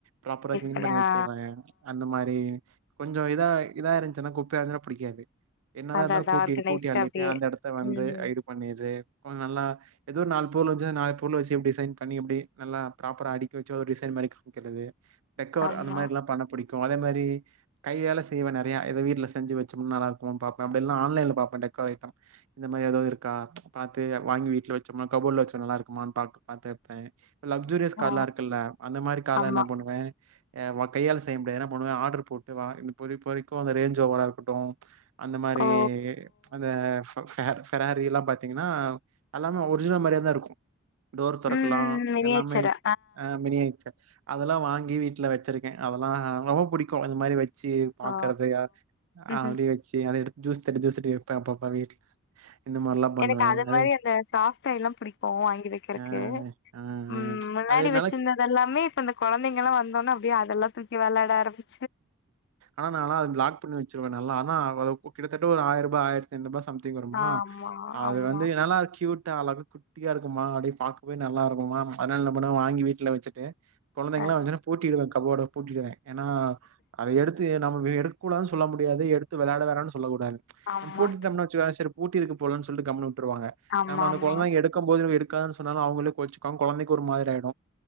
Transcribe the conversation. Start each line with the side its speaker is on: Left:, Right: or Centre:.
Right: ப்ராப்பரா கிளீன்
Left: பண்ண
Right: பண்ணி வச்சிருவ
Left: ஆ
Right: அந்த மாரி கொஞ்ச இதா இதா இருத்துச்சினா குப்பையா இருந்துச்சுனா புடிக்காது என்னதா
Left: அதா
Right: இருந்தாலு
Left: அதா
Right: கூட்டி
Left: ஆர்கனைஸ்டா
Right: கூட்டி அழிட்டு
Left: அப்டியே
Right: அந்த இடத்த வந்து
Left: ம்
Right: இது பண்ணிட்டு கொஞ்ச நல்லா ஏதோ ஒரு நால் பொருள் இருச்சா நாலு‌ பொருள வச்சு டிசைன் பண்ணி நல்ல ப்ராப்பரா அடிக்கி வச்சு ஒரு டிசைன் பண்ணி வக்கறது டேக்கர்
Left: ஆமா
Right: அந்த மாரி எல்லா பண்ண புடிக்கு அதே மாரி கையள செய்வ நெறையா இத வீட்ல செஞ்சு வச்சா நல்ல இருக்கு பாப்ப அப்டி இல்ல ஆன்லைன்ல பாப்ப டெக்கர்‌ அய்ட்டம் <unintelligible> இந்த மாரி எதாது இருக்கா பாத்து வாங்கி வீட்ல வச்சோம்மானா கபோட்ல வச்சா நல்லாருக்குமா பா பாத்து வப்பே லக்சூரியஸ் கார்லா
Left: ஆ
Right: இருக்குல அந்த மாரி கார்லா
Left: ஆமா
Right: என்ன பண்ணுவ எ ஓ கையால செய்ய முடியாது ஏனா போனமே ஆர்டர் போட்டு வா இப்ப இப்ப இப்ப அந்த ரேஞ்ச் ஓவரா இருக்கட்டு அந்த மாரி
Left: ஓ
Right: அந்த ஃபெ ஃபெராரிலா பாத்தீங்கன்னா அல்லாமே ஒரிஜினல் மாரிய தா இருக்கு டோர் தொறக்கலா
Left: ம் மினியேச்சரா
Right: எல்லாமே ஆ மினிய ஆயிடுச்சு அதெல்லா வாங்கி வீட்ல வச்சிருக்கே அதெல்லா ரொம்ப புடிக்கு அந்த மாரி வச் வச்சி பாக்குறதயா
Left: ஆ ம்ஹ்ம்.
Right: அப்டி வச்சி அத எடுத்து ஜூஸ் தட்டி ஜூஸ் தட்டி எடுப்பே அப்ப அப்ப வீட்ல இந்த மாரிலாம் பண்ணுவேன்.
Left: எனக்கு அது
Right: அதே
Left: மாரி அந்த சாப்டைலா புடிக்கு வாங்கி வைக்கிறக்கு
Right: அ அ
Left: ம் முன்னாடி
Right: அது
Left: வச்சிந்த
Right: நல்லா
Left: அதெல்லாமே இப்ப இந்த கொழந்தங்களா வந்தோனே அப்டியே அதெல்லா தூக்கி விளாடா ஆரம்பிக்
Right: ஆனா நாலா அது பிளாக் பண்ணி வச்சிருவே நாலா ஆனா கிட்டத்தட்ட ஒரு ஆயிரூபா ஆயிரத் டென் ரூபா சம்திங் வருமா
Left: ஆமா
Right: அது
Left: ஆமா
Right: வந்து நல்லா கியூட்டா அழகுக்கு குட்டியா இருக்குமா அப்டியே பாக்கவே நல்லா இருக்குமா அதனால என்ன பண்ணுவே வாங்கி வீட்ல வச்சிட்டு கொழந்தைங்கள்னா
Left: ஆ
Right: வந்துச்சினா பூட்டிருவே கபோட பூட்டிருவே ஏனா அத எடுத்து நம்ம எடுக்கூடாதுனு சொல்ல முடியாது எடுத்து விளையாட வேனானு சொல்ல கூடாது
Left: ஆமா
Right: நம் பூட்டிட்டோம்னு வச்சுக்க பூட்டிருக்கு போலன்னு சொல்ட்டு கம்முனு விட்டுருவாங்க
Left: ஆமா
Right: நம்ம அந்த கொழந்தங்க
Left: ஆமா
Right: எடுக்கும் போது எடுக்காதனு சொன்னால அவுங்களே கோவுச் க கொழந்தைக்கு ஒரு மாரி ஆயிடு